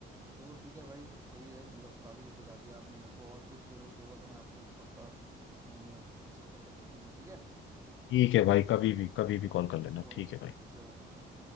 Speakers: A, on the right; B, on the left.
A: चलो ठीक है भाई सही है मतलब काफी कुछ बता दिया आपने मेरे को और कुछ जरूरत होगा तो मैं आपको पक्का फोन या मैसेज करके पूछूंगा ठीक है
B: ठीक है भाई कभी भी कभी भी कॉल कर लेना
A: ओके
B: ठीक है भाई
A: चलो भाई